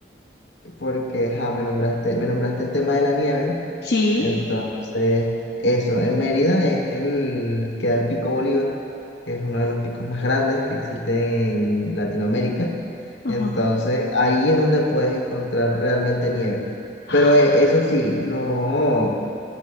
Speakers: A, on the left; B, on the left.
A: porque ja, me nombraste, me nombraste el tema de la nieve.
B: Sí.
A: Entonces, eso, en Mérida es el queda el Pico Bolívar, que es uno de los picos más grandes que existe en Latinoamérica.
B: Ajá.
A: Entonces, ahí es donde puedes encontrar realmente nieve.
B: <sighs>
A: Pero eh, eso sí, no,